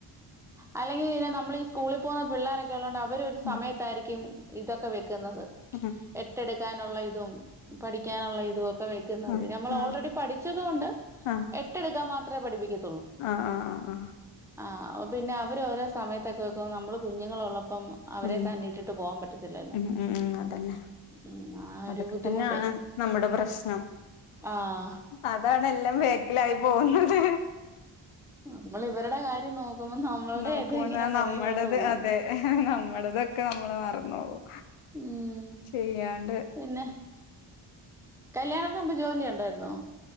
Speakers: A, in the centre; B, on the left.
A: അല്ലെങ്കിലും ഇങ്ങനെ നമ്മളീ സ്കൂളിൽ പോകുന്ന പിള്ളേരൊക്കെ ഉള്ളോണ്ട് അവരൊരു
B: ഉം
A: സമയത്തായിരിക്കും ഇതൊക്കെ വെക്കുന്നത്.
B: ഉ ഹു
A: എട്ടെടുക്കാനുള്ള ഇതും പഠിക്കാനുള്ള ഇതുവൊക്കെ വെക്കുന്നത്.
B: ആഹ്
A: പിന്നെ നമ്മൾ
B: ആഹ്
A: ഓൾറെഡി പഠിച്ചത് കൊണ്ട്
B: ആഹ് ആഹ്
A: എ ട്ടെടുക്കാൻ മാത്രേ പഠിപ്പിക്കു
B: ആഹ് ആഹ് ആഹ് ആഹ്
A: ആഹ് പിന്നെ അവരോരോ സമയത്തൊക്കെ വെക്കുമ്പം നമ്മള് കുഞ്ഞുങ്ങളുള്ളപ്പം അവരെ
B: ഉം
A: തന്നെയിട്ടിട്ട് പോകാൻ പറ്റത്തില്ലല്ലോ.
B: ഉം ഉം ഉം അതന്നെ
A: ഉം ആ ഒരു
B: അതൊക്കെ
A: ബുദ്ധിമുട്ട്.
B: തന്നെയാണ് നമ്മുടെ പ്രശ്നം
A: ആഹ്
B: അതാണെല്ലാം ബേക്കിലായി പോകുന്നത്.
A: ആഹ് നമ്മളിവരുടെ കാര്യം നോക്കുമ്പം നമ്മളുടെ
B: നോക്കുമ്പോത
A: ഇത് ഇങ്ങനെ പുറകിലോട്ട്
B: നമ്മടത്
A: പോവും.
B: അതെ നമ്മടതൊക്കെ നമ്മള് മറന്ന് പോവും.
A: ഉം
B: ചെയ്യാണ്ട്
A: പിന്നെ കല്യാണത്തിന് മുമ്പ് ജോലി ഒണ്ടായിരുന്നോ?